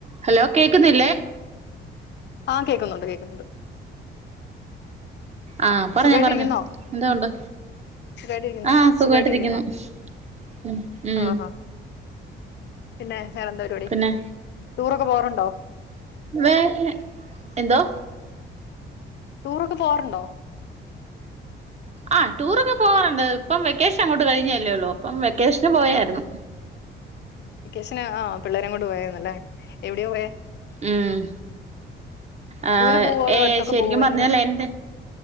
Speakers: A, on the right; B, on the left.
A: Hello കേക്കുന്നില്ലേ
B: ആഹ്‌ കേക്കുന്നുണ്ട് കേക്കുന്നുണ്ട്
A: ആഹ്‌ പറഞ്ഞോ
B: സുഖായിട്ടിരിക്കുന്നോ
A: പറഞ്ഞോ എന്തോ ഒണ്ട്
B: സുഖായിട്ടിരിക്കുന്നോ
A: ആഹ് സുഖായിട്ടിരിക്കുന്നു
B: സുഖായിട്ടിരിക്കുന്നോ
A: ഉം ഉം
B: ആഹാ പിന്നെ വേറെന്താ പരിപാടി
A: പിന്നെ
B: ടൂറൊക്കെ പോവാറുണ്ടോ
A: വേറെ എന്തോ
B: ടൂറൊക്കെ പോവാറുണ്ടോ
A: ആഹ്‌ ടൂറൊക്കെ പോകാറുണ്ട് ഇപ്പം വെക്കേഷനങ്ങോട്ട് കഴിഞ്ഞതല്ലേ ഒള്ളു അപ്പം വെക്കേഷന് പോയാരുന്നു
B: വെക്കേഷന് ആഹ് പിള്ളേരേം കൊണ്ട് പോയാരുന്നല്ലെ എവിടെയാ പോയെ
A: ഉം ആഹ്‌
B: ദൂരെ പോവോ അതോ
A: ഏഹ്‌
B: അടുത്തൊക്കെ
A: ശെരിക്കും
B: പോവോ എങ്ങനെയാ
A: പറഞ്ഞാലെന്റെ